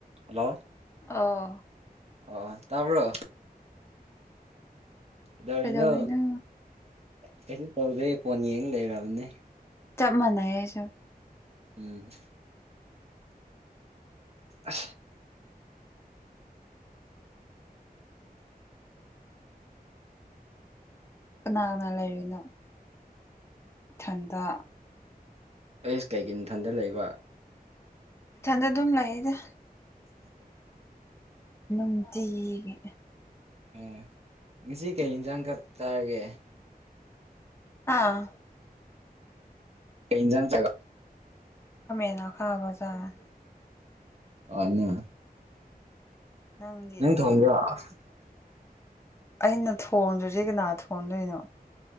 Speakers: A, on the right (about 40°); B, on the left (about 15°).
A: ꯍꯜꯂꯣ
B: ꯑꯥ
A: ꯑꯣ ꯇꯥꯕ꯭ꯔꯣ ꯗꯧꯔꯤꯅ
B: ꯀꯩꯗꯧꯔꯤꯅꯣ
A: ꯀꯩꯁꯨ ꯇꯧꯗꯦ ꯐꯣꯟ ꯌꯦꯡ ꯂꯩꯔꯕꯅꯦ
B: ꯆꯞ ꯃꯅꯌꯦꯁꯨ
A: ꯎꯝ ꯑ
B: ꯀꯅꯥ ꯀꯅꯥ ꯂꯩꯔꯤꯅꯣ ꯏꯊꯟꯗ
A: ꯑꯦꯁ ꯀꯩꯒꯤ ꯏꯊꯟꯗ ꯂꯩꯕ
B: ꯏꯊꯟꯗ ꯑꯗꯨꯝ ꯂꯩꯌꯦꯗ
A: ꯎꯝ
B: ꯅꯨꯡꯇꯤꯒꯤ
A: ꯑꯥ ꯉꯁꯤ ꯀꯩ ꯌꯦꯟꯁꯥꯡ ꯆꯛ ꯇꯥꯒꯦ
B: ꯑꯥ
A: ꯀꯩꯖꯥꯡ ꯆꯒ
B: ꯈꯃꯦꯟꯅꯥ ꯈꯥꯕꯖꯥꯔꯦ
A: ꯑꯩꯅ
B: ꯅꯪꯗꯤ
A: ꯅ ꯊꯉꯕ
B: ꯑꯩꯅ ꯊꯣꯡꯗ꯭ꯔꯤꯁꯤ ꯀꯅꯥ ꯊꯣꯡꯗꯣꯏꯅꯣ